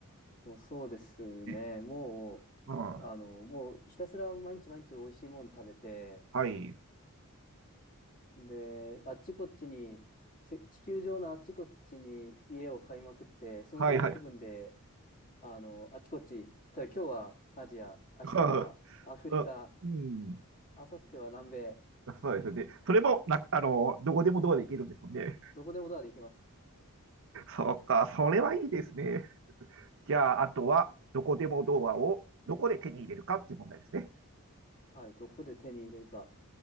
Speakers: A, on the left; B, on the right.
A: もうそうですね。
B: ね。
A: も
B: うん。
A: う、あの、もうひたすら毎日毎日美味しいもの食べて、
B: はい。
A: で、あっちこっちに、せ地球上のあっちこっちに家を買いまくって、その日の気分で、
B: はいはい。
A: あの、あっちこっち、例えば今日はアジア、明日はアフリカ、
B: <laughs> うん。うん
A: 明後日は南米、
B: そうですよね。それもな、あの、どこでもドアで行けるんですもんね。
A: どこでもドアで行きます。
B: そっか、それはいいですね。じゃあ、あとは、どこでもドアをどこで手に入れるかっていう問題ですね。
A: はい、どこで手に入れるか。